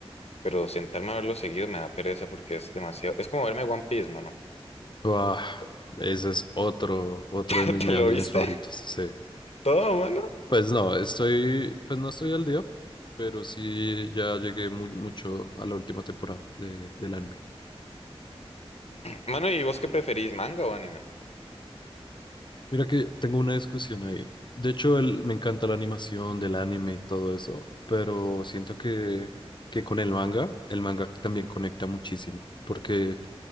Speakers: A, on the left; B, on the left.
A: pero sentarme a verlo seguido me da pereza porque es demasiado, es como verme One Piece, mano.
B: Guau, ese es otro, otro
A: <laughs>
B: de mis
A: ¿Te
B: me-
A: lo
B: animes
A: viste?
B: favoritos. Sí.
A: Todo, mano.
B: Pues no, estoy, pues no estoy al día, pero sí ya llegué mu- mucho a la última temporada de, del anime.
A: Mano, ¿y vos qué preferís, manga o anime?
B: Mira que tengo una discusión ahí. De hecho, el- me encanta la animación del anime y todo eso, pero siento que, que con el manga, el manga también conecta muchísimo, porque